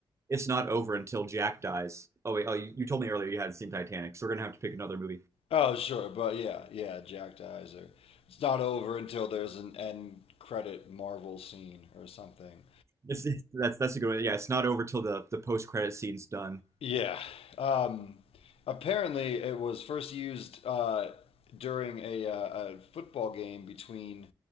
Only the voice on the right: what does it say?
it's not over until Jack dies. Oh wait, oh you, you told me earlier you hadn't seen Titanic, so we're gonna have to pick another movie.
It's, it's- that's that's a good one. Yeah, it's not over till the the post credit scene's done.